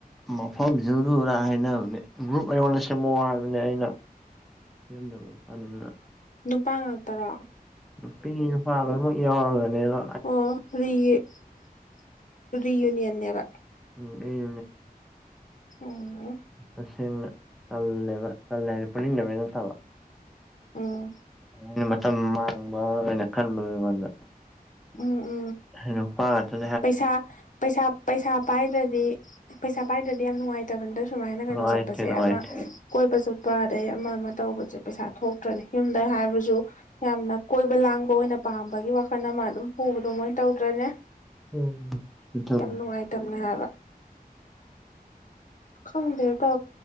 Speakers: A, in the centre; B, on the left (about 55°).
A: ꯃꯐꯝꯁꯤꯗꯨꯔ ꯍꯥꯏꯅꯕꯅꯦ ꯒ꯭ꯔꯨꯞ ꯑꯩꯉꯣꯟꯗ ꯁꯦꯝꯃꯛꯛꯑꯣ ꯍꯥꯏꯕꯅꯦ ꯑꯩꯅ ꯁꯦꯝꯗꯅꯕ ꯇꯥꯟꯗꯨꯅ
B: ꯅꯨꯄꯥ ꯉꯥꯛꯇꯔꯣ
A: ꯅꯨꯄꯤ ꯅꯨꯄꯥ ꯂꯣꯏꯅꯃꯛ ꯌꯥꯎꯔꯕꯅꯤꯅ
B: ꯑꯣꯔꯤ ꯌꯨꯅꯤꯟꯔ
A: ꯎꯝ ꯎ
B: ꯑꯣ
A: ꯇꯁꯦꯡꯅ ꯇꯜꯂꯦꯕ ꯇꯜꯂꯦ ꯍꯥꯏꯅ ꯄꯨꯅꯤꯡꯗꯃꯤꯅ ꯇꯥꯕ
B: ꯎꯝ
A: ꯑꯩꯅ ꯃꯇꯝ ꯃꯥꯡꯕ ꯑꯣꯏꯅ ꯈꯟꯕ ꯑꯩꯉꯣꯟꯗ
B: ꯎꯝ ꯎꯝ
A: ꯍꯂꯣ ꯍ ꯑꯗꯨ
B: ꯄꯩꯁꯥ ꯄꯩꯁꯥ ꯄꯩꯁꯥ ꯄꯥꯏꯗ꯭ꯔꯗꯤ ꯄꯩꯁꯥ ꯄꯥꯏꯗ꯭ꯔꯗꯤ ꯌꯥꯝ ꯅꯨꯡꯉꯥꯏꯇꯕꯗ ꯁꯨꯃꯥꯏꯅ ꯀꯩꯅꯣ
A: ꯅꯨꯡꯉꯥꯏꯇꯦ
B: ꯆꯠꯄꯁꯦ
A: ꯅꯨꯡꯉꯥꯏꯇꯦ
B: ꯑꯃ ꯀꯣꯏꯕ ꯆꯠꯄ ꯑꯗꯩ ꯑꯃ ꯑꯃ ꯇꯧꯕꯁꯦ ꯄꯩꯁꯥ ꯊꯣꯛꯇ꯭ꯔꯗꯤ ꯌꯨꯝꯗꯪ ꯍꯥꯏꯕꯁꯨ ꯌꯥꯝꯅ ꯀꯣꯏꯕ ꯂꯥꯡꯕ ꯑꯣꯏꯅ ꯄꯥꯝꯕꯒꯤ ꯋꯥꯈꯜ ꯑꯃ ꯑꯗꯨꯝ ꯄꯨꯕꯗꯣ ꯃꯣꯏꯅ ꯇꯧꯗ꯭ꯔꯅꯦ
A: ꯎꯝ ꯏꯊꯣꯏꯕ
B: ꯌꯥꯝ ꯅꯨꯡꯉꯥꯏꯇꯕꯅꯦ ꯍꯥꯏꯕ ꯈꯪꯗꯦ ꯇ